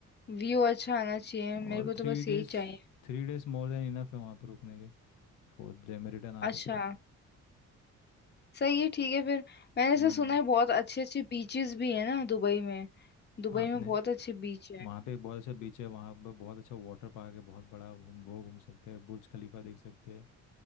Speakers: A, on the left; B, on the left.
A: व्यू अच्छा आना चाहिए मेरे
B: और
A: को तो
B: three
A: बस यही
B: days
A: चाहिए
B: three days more than enough है वहाँ पे रुकने के फोर्थ डे में रिटर्न आ सकते
A: अच्छा
B: हैं हम
A: सही है ठीक है फिर मैंने ऐसा
B: हम्म
A: सुना है बहुत अच्छे अच्छे बीचेस भी है ना दुबई में दुबई
B: आपने
A: में बहुत अच्छे बीच है
B: वहाँ पे एक बहुत अच्छा बीच है वहाँ पे बहुत अच्छा वाटर पार्क है बहुत बड़ा हम वो घूम सकते हैं बुर्ज खलीफा देख सकते हैं